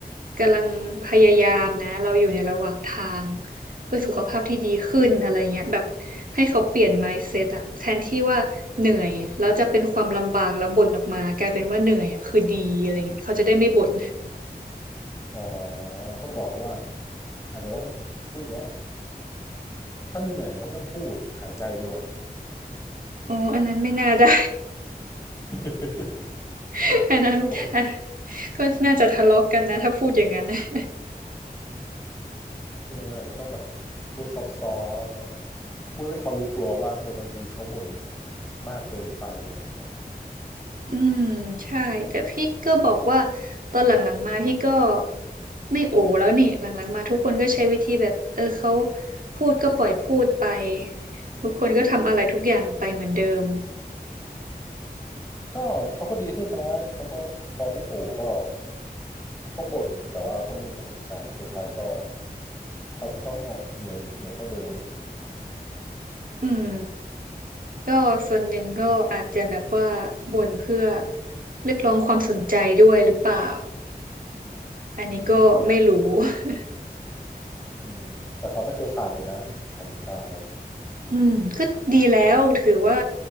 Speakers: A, on the right (about 55°); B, on the left (about 20°).
A: กำลังพยายามนะเราอยู่ในระหว่างทาง เพื่อสุขภาพที่ดีขึ้นอะไรเงี้ยแบบให้เขาเปลี่ยน mindset อะแทนที่ว่าเหนื่อยแล้วจะเป็นความลำบากแล้วบ่นออกมากลายเป็นว่าเหนื่อยอะคือดีอะไรเงี้ยเขาจะได้ไม่บ่น
B: อ๋อก็บอกเขาว่าอาจจะต้องพูดว่าถ้าเหนื่อยก็ไม่ต้องพูดหายใจดีกว่า
A: อ๋ออันนั้นไม่น่าได้
B: <laughs>
A: <laughs> อันนั้นอ่ะ
B: ก็บอก
A: ก็น่าจะทะเลาะกันนะถ้าพูดอย่างนั้น <laughs> นะ
B: เอออาจจะต้องแบบพูดซอฟต์ๆแบบพูดให้เขารู้ตัวว่าเออบางทีเขาบ่นมากเกินไปอะไรอย่างเงี้ย
A: อืมใช่แต่พี่ก็บอกว่าตอนหลังๆมาพี่ก็ไม่โอแล้วนี่หลังๆมาทุกคนก็ใช้วิธีแบบเออเขาพูดก็ปล่อยพูดไปทุกคนก็ทำอะไรทุกอย่างไปเหมือนเดิม
B: ก็เขาก็ดีขึ้นนะเขาก็พอไม่โอก็เขาบ่นแต่ว่าก็ไม่มีใครสนใจสุดท้ายก็เขาก็ต้องออกเหนื่อยเหนื่อยเท่าเดิมอ่ะ
A: อืม ก็ส่วนหนึ่งก็อาจจะแบบว่าบ่นเพื่อเรียกร้องความสนใจด้วยหรือเปล่าอันนี้ก็ไม่รู้
B: อืม
A: <laughs>
B: อืมแต่เขาไม่เคยขาดเลยนะออกกำลังกายอ่ะ
A: อืมก็ดีแล้วถือว่า